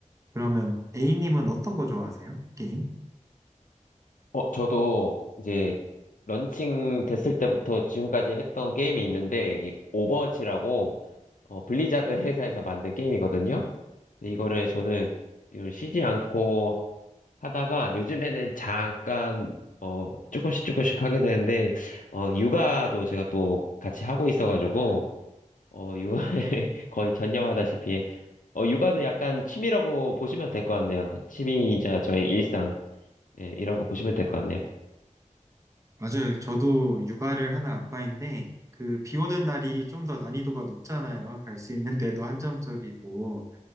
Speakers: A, on the right; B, on the left.
A: 그러면 A님은 어떤 거 좋아하세요? 게임?
B: 어, 저도 이제 런칭 됐을 때부터 지금까지 했던 게임이 있는데, 이게 오버워치라고, 어, 블리자드 회사에서 만든 게임이거든요. 근데 이거를 저는 요즘 쉬지 않고 하다가 요즘에는 잠깐, 어, 조금씩 조금씩 하게 되는데, 어, 육아도 제가 또 같이 하고 있어가지고, 어, 육아에 <laughs> 거의 전념하다시피, 어, 육아도 약간 취미라고 보시면 될 것 같네요. 취미이자 저의 일상, 예, 이라고 보시면 될 것 같네요.
A: 맞아요. 저도 육아를 하는 아빠인데, 그, 비 오는 날이 좀 더 난이도가 높잖아요. 갈 수 있는 데도 한정적이고,